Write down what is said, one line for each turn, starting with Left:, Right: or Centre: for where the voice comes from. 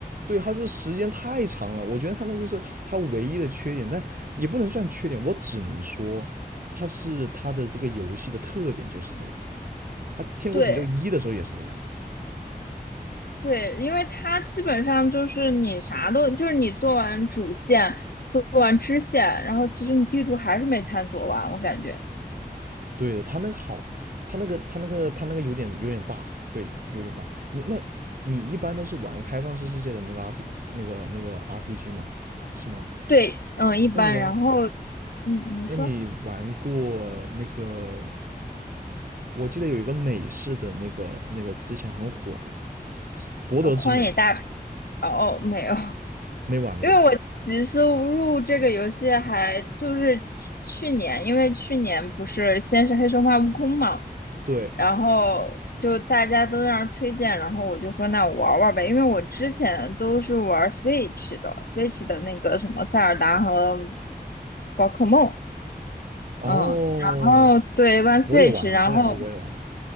Right: 对，它就是时间太长了，我觉得它那个是它唯一的缺点，但也不能算缺点，我只能说它是它的这个游戏的特点就是这样。它《天国拯救一》的时候也是这样，
Left: <laughs> 对，对，因为它基本上就是你啥都，就是你做完主线，做完支线，然后其实你地图还是没探索完，我感觉。
Right: 对的，它那个好，它那个它那个它那个有点有点大，对的，有点大。你那你一般都是玩开放式世界的那个 R P 那个那个 R P G 吗？是吗？
Left: 对，嗯，一般。
Right: 那你玩
Left: 然后，嗯，你说，
Right: 那你玩过那个？我记得有一个美式的那个那个之前很火来着，《博德之门》
Left: 呃，荒野大，哦哦，没有，<laughs>
Right: 没玩过。
Left: 因为我其实入这个游戏还就是去去年，因为去年不是先是黑神话悟空嘛，
Right: 对，
Left: 然后就大家都让人推荐，然后我就说那我玩玩呗，因为我之前都是玩 Switch 的，Switch 的那个什么塞尔达和宝可梦，
Right: 哦，
Left: 嗯，然后对玩 Switch，
Right: 我也玩，
Left: 然后
Right: 这两个我也玩。